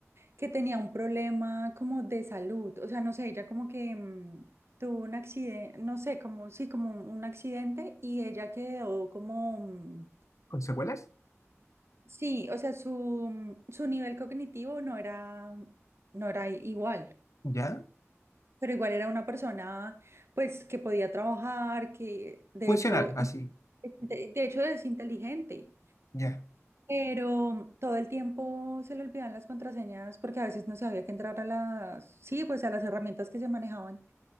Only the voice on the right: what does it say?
que tenía un problema como de salud, o sea, no sé, ella como que mm, tuvo un accidente, no sé, como, sí, como un, un accidente y ella quedó como, mm,
sí, o sea, su, mm, su nivel cognitivo no era, no era i- igual.
Pero igual era una persona, pues, que podía trabajar, que de
hecho, in-
de de hecho es inteligente.
Pero todo el tiempo se le olvidaban las contraseñas porque a veces no sabía que entrar a las, sí, pues a las herramientas que se manejaban